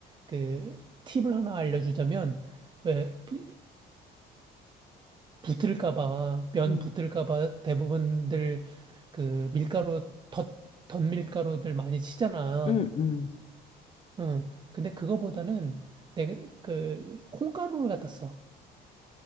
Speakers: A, on the right; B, on the left.
A: 그 팁을 하나 알려주자면, 왜 부- 붙을까 봐, 면
B: 음,
A: 붙을까 봐 대부분들 그 밀가루, 덧, 덧 밀가루들 많이 치잖아.
B: 음, 음.
A: 응. 근데 그거보다는 내가 그 콩가루를 갖다 써.